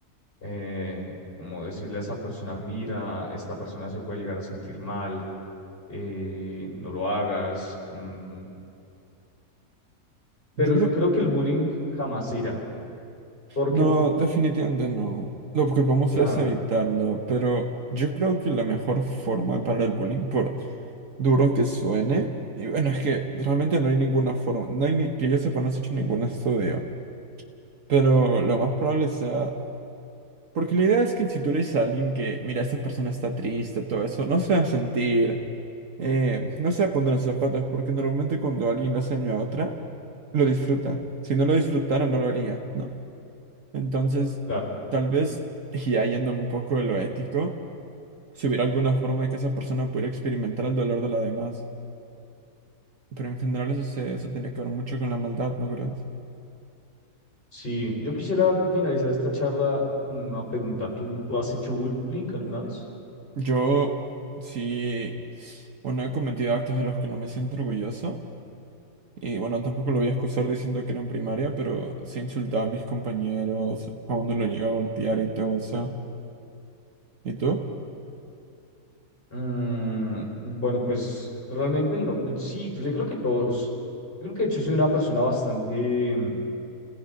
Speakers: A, on the left (about 35°); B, on the right (about 55°).
A: eh, como decirle a esa persona, mira, esta persona se puede llegar a sentir mal, eh, no lo hagas. mm, Pero
B: Yo creo,
A: yo creo que el bullying jamás se irá, porque,
B: no,
A: po-
B: definitivamente no. Lo que podemos
A: claro,
B: hacer es evitarlo, pero yo creo que la mejor forma de parar el bullying, por duro que suene, y bueno, es que realmente no hay ninguna forma, no hay ni, que yo sepa, no se ha hecho ningún estudio, pero lo más probable sea, porque la idea es que si tú le dices a alguien que, mira, esta persona está triste, todo eso, no se va a sentir eh, no se va a poner en sus zapatos, porque normalmente cuando alguien le hace daño a otra, lo disfrutan. Si no lo disfrutara, no lo haría, ¿no? Entonces,
A: claro.
B: tal vez, y ahí yéndome un poco de lo ético, si hubiera alguna forma de que esa persona pudiera experimentar el dolor de la demás. Pero en general eso, se, eso tenía que ver mucho con la maldad, ¿no crees?
A: Sí, yo quisiera finalizar esta charla con una pregunta. ¿Tú, tú has hecho bullying alguna vez?
B: Yo sí, bueno, he cometido actos de los que no me siento orgulloso. Y bueno, tampoco lo voy a excusar diciendo que era en primaria, pero sí insultaba a mis compañeros, a uno lo llegaba a golpear y todo eso. ¿Y tú?
A: Mm, bueno, pues realmente no, pues, sí, pues, yo creo que todos, yo creo que de hecho soy una persona bastante